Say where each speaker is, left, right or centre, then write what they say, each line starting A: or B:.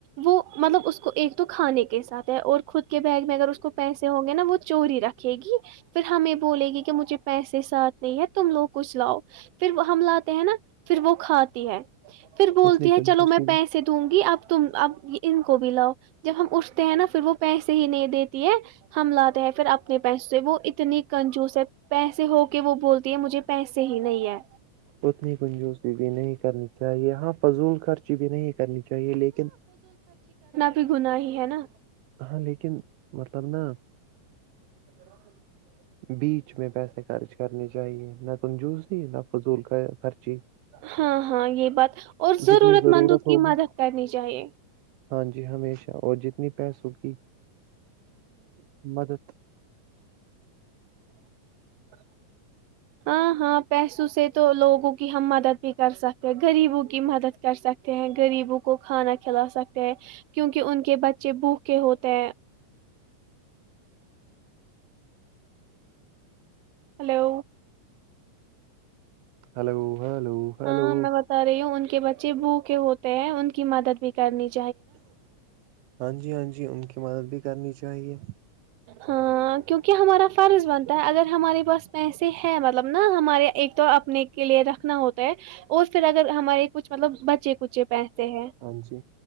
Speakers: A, on the right; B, on the right.
A: وہ مطلب اس کو ایک تو کھانے کے ساتھ ہے اور خود کے بیگ میں اگر اس کو پیسے ہوں گے نا وہ چوری رکھے گی پھر ہم یہ بولے گی کہ کہ مجھے پیسے ساتھ نہیں ہے تم لوگ کچھ لاؤ پھر ہم لاتے ہیں نا پھر وہ کھاتی ہے پھر بولتی
B: اتنی کنجوسی
A: ہے چلو میں پیسے
B: بھی
A: دوں گی اب تم اب ان کو بھی لاؤ جب ہم اٹھتے ہیں نا پھر وہ پیسے ہی نہیں دیتی ہے ہم لاتے ہیں پھر اپنے پیسے سے وہ اتنی کنجوس ہے پیسے ہوگ کہ وہ بولتی ہے مجھے پیسے ہی نہیں ہے
B: اتنی کنجو س تھی نہیں کرنی چاہیے آپ فضول خرچی بھی نہیں کرنی چاہیے لیکن
A: کوئی گنا ہی ہے نا
B: ہاں لیکن مطلب نا
A: ا <inaudible>
B: بیچ میں پیسے خرچ کرنے چاہیے نہ کن جوز نہ فضول کا خرچی
A: ہاں ہاں یہ بات اور ضرورت
B: جتنی
A: مندوں کی
B: ہوگی
A: مدد کرنی چاہیے
B: ہاں جی ہمیشہ اور جتنی پیس ہوی مدد
A: <inaudible> ہاں ہاں پیسوں سے تو لوگوں کی ہم مدد بھی کر سکتے غریبوں کی مدد کر سکتے ہیں غریبوں کو کھانا کھلا سکتے ہیں کیونکہ ان کے بچے بوکھے ہوتے ہیں ہلو
B: ہلو ہلو ہلو
A: ہاں میں بتا رہی ہوں ان کے بچے بو کے ہوتے ہیں ان کی مدد بھی کرنیاہ
B: ہاں جی ہاں جی ان کے مدد بھی کرنی چاہیے
A: ہ کیونکہ ہمارا فرض بنتا ہے اگر ہمارے پاس پیسے ہیں مطلب نا ہمارے ایک تو اپنے کے لیے رکھنا ہوتا ہے اور پھر اگر ہمارے کچھ مطلب بچے کچے پہس ہیں
B: ہاں جی